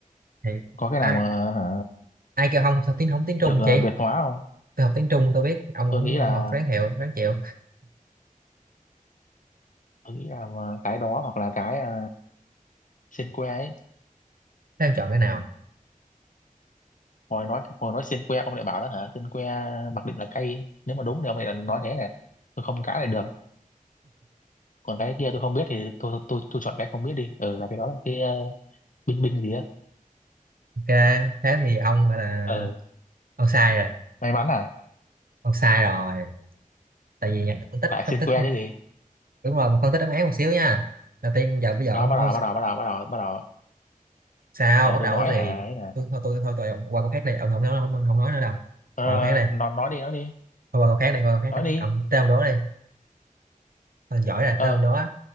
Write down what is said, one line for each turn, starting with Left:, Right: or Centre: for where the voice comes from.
Right: thì
Left: có cái
Right: ai,
Left: nào mà hả,
Right: ai kêu không học tiếng không tiếng Trung
Left: được ờ,
Right: chị
Left: Việt hóa không
Right: tôi học tiếng Trung tôi biết ông
Left: tôi
Right: không
Left: nghĩ
Right: không
Left: là
Right: học ráng hiệu ráng chịu
Left: tôi nghĩ là ờ, cái đó hoặc là cái ờ, xiên que ấy
Right: thế em chọn cái nào
Left: Ừ. hồi nói hồi nói xiên que ông lại bảo đó hả xiên que mặc định là cay nếu mà đúng thì ông lại là nói thế này tôi không cãi lại được còn cái kia tôi không biết thì tôi tôi tôi chọn cái không biết đi ừ là cái đó là cái ờ, binh binh gì á
Right: ok thế thì ông gọi là
Left: ừ
Right: ông sai rồi
Left: may mắn à
Right: ông sai rồi tại vì nhạc phân tích
Left: lại
Right: phân
Left: xiên
Right: tích
Left: que chứ gì
Right: đúng rồi mình phân tích đáp án một xíu nha đầu tiên giờ bây giờ
Left: đó
Right: ông
Left: bắt đầu
Right: không
Left: bắt đầu bắt đầu bắt đầu bắt đầu
Right: sao
Left: rồi
Right: bắt
Left: tôi
Right: đầu
Left: nói
Right: cái
Left: hả
Right: gì
Left: ấy nè
Right: tôi thôi tôi thôi tôi ông qua câu khác đi ông không nói không, không nói nữa đâu
Left: ờ,
Right: qua câu khác đi
Left: nó nói đi nói đi
Right: thôi qua câu khác đi qua câu khác
Left: nói
Right: đi
Left: đi
Right: ông tới ông đố đi ông giỏi rồi
Left: ờ
Right: tới ông đố á,